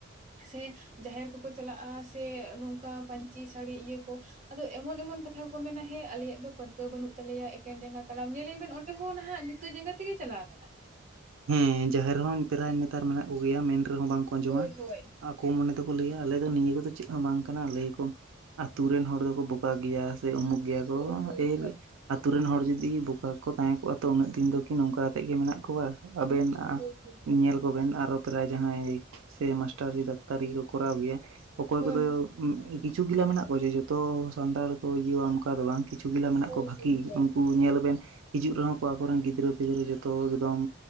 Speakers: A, on the right; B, on the right.
A: ᱥᱮ ᱡᱟᱦᱮᱨ ᱠᱚᱠᱚ ᱪᱟᱞᱟᱜᱼᱟ ᱥᱮ ᱱᱚᱝᱠᱟ ᱯᱟᱹᱧᱪᱤ ᱥᱟᱹᱲᱤ ᱤᱭᱟᱹ ᱠᱚ ᱟᱫᱚ ᱮᱢᱚᱱ ᱮᱢᱚᱱ ᱠᱟᱛᱷᱟ ᱠᱚ ᱠᱚ ᱢᱮᱱᱟ᱾ ᱦᱮᱸ ᱟᱞᱮᱭᱟᱜ ᱫᱚ ᱯᱟᱹᱨᱠᱟᱹᱣ ᱵᱟᱹᱱᱩᱜ ᱛᱟᱞᱮᱭᱟ ᱮᱠᱮᱱ ᱡᱟᱸᱜᱟ ᱛᱟᱲᱟᱢ᱾ ᱧᱮᱞᱮᱭᱟᱵᱤᱱ ᱟᱱ ᱟᱯᱮ ᱦᱚᱸ ᱱᱟᱦᱟᱜ ᱡᱩᱛᱟᱹ ᱡᱟᱸᱜᱟ ᱛᱮᱜᱮ ᱪᱟᱞᱟᱣ ᱟᱠᱟᱱᱟᱭ,
B: ᱦᱮᱸ ᱡᱟᱦᱮᱨ ᱨᱮᱦᱚᱸ ᱯᱮᱨᱟᱭ ᱱᱮᱛᱟᱨ ᱢᱮᱱᱟᱜ ᱠᱚᱜᱮᱭᱟ ᱢᱮᱱ ᱨᱮᱦᱚᱸ ᱵᱟᱝᱠᱚ ᱟᱸᱡᱚᱢᱟ
A: ᱦᱳᱭ ᱦᱳᱭ
B: ᱟᱠᱚ ᱢᱚᱱᱮ ᱛᱮᱠᱚ ᱞᱟᱹᱭᱟ᱾ ᱟᱞᱮ ᱫᱚ ᱱᱤᱭᱟᱹ ᱠᱚᱫᱚ ᱪᱮᱫ ᱦᱚᱸ ᱵᱟᱝ ᱠᱟᱱᱟ ᱞᱟᱹᱭ ᱟᱠᱚ᱾ ᱟᱹᱛᱩ ᱨᱮᱱ ᱦᱚᱲ ᱫᱚᱠᱚ ᱵᱚᱠᱟ ᱜᱮᱭᱟ ᱥᱮ ᱩᱢᱩᱠ ᱜᱮᱭᱟ ᱠᱚ
A: ᱦᱳᱭ ᱦᱳᱭ
B: ᱮᱨ
A: ᱦᱳᱭ
B: ᱟᱛᱳ ᱨᱮᱱ ᱦᱚᱲ ᱡᱩᱫᱤ ᱵᱚᱠᱟ ᱜᱮᱠᱚ ᱛᱟᱦᱮᱸ ᱠᱚᱜᱼᱟ᱾ ᱛᱚ ᱩᱱᱟᱹᱜ ᱫᱤᱱ ᱫᱚ ᱠᱤ ᱱᱚᱝᱠᱟ ᱠᱟᱛᱮᱫ ᱜᱮ ᱢᱮᱱᱟᱜ ᱠᱚᱣᱟ᱾ ᱟᱵᱮᱱ ᱟᱜ
A: ᱦᱳᱭ ᱦᱳᱭ
B: ᱧᱮᱞ ᱠᱚᱵᱮᱱ ᱟᱨᱚ ᱯᱮᱨᱟᱭ ᱡᱟᱦᱟᱸᱭ ᱥᱮ ᱢᱟᱥᱴᱟᱨᱤ ᱰᱟᱠᱛᱟᱨᱤ ᱠᱚ ᱠᱚᱨᱟᱣ ᱜᱮᱭᱟ ᱚᱠᱚᱭ
A: ᱦᱳᱭ
B: ᱠᱚᱫᱚ ᱠᱤᱪᱷᱩ ᱜᱮᱞᱟ ᱢᱮᱱᱟᱜ ᱠᱚᱣᱟ᱾ ᱡᱮ ᱡᱚᱛᱚ ᱥᱟᱱᱛᱟᱲ ᱠᱚ ᱤᱭᱟᱹ ᱟ ᱚᱱᱠᱟ ᱫᱚ ᱵᱟᱝ᱾ ᱠᱤᱪᱷᱩ ᱜᱮᱞᱟ ᱢᱮᱱᱟᱜ
A: ᱦᱳᱭ
B: ᱠᱚᱣᱟ ᱵᱷᱟᱹᱜᱤ
A: ᱦᱳᱭ ᱦᱳᱭ
B: ᱩᱱᱠᱩ ᱧᱮᱞ ᱵᱮᱱ, ᱦᱤᱡᱩᱜ ᱨᱮᱦᱚᱸ ᱠᱚ ᱟᱠᱚᱨᱮᱱ ᱜᱤᱫᱽᱨᱟᱹ ᱯᱤᱫᱽᱨᱟᱹ ᱡᱚᱛᱚ ᱮᱠᱫᱚᱢ